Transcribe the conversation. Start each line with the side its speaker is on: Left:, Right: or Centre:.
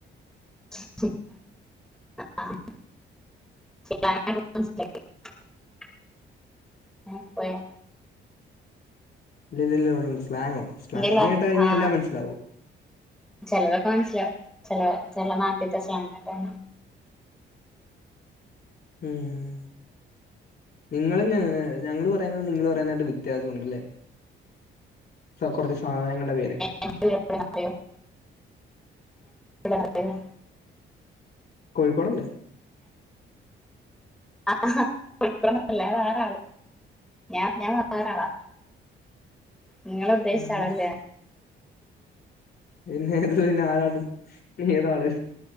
Centre: <inaudible> <unintelligible> പോയാ
Left: ഇല്ലില്ല ഇവിടെണ്ട് സ്ലാങ്ങോ? സ്ലാങ്
Centre: എന്റെല്ല
Left: കേട്ട് കഴിഞ്ഞാ
Centre: ആഹ്
Left: എല്ല മനസ്സിലാവും.
Centre: ചിലതൊക്കെ മനസ്സിലാവും ചില ചില നാട്ടിത്തെ സ്ലാങ്ങോക്കെ.
Left: ഉം. നിങ്ങൾ ഞ ഞങ്ങൾ പറയുന്നതും നിങ്ങൾ പറയുന്നതായിട്ട് വ്യത്യാസം ഉണ്ടല്ലേ? അത് കുറച്ച് സാധനങ്ങളുടെ പേരൊക്കെ.
Centre: <unintelligible> <unintelligible>
Left: കോഴിക്കോട് അല്ലേ.
Centre: ആഹ് കോഴിക്കോട് അല്ല അത് വേറെ ആള് ഞാൻ ഞാൻ വേറാളാ. നിങ്ങള് ഉദ്ദേശിച്ചാ
Left: ആ അതെ.
Centre: ആളല്ല.
Left: പിന്നെ ഇത് പിന്നെ ആരാണ് ഏതാള്?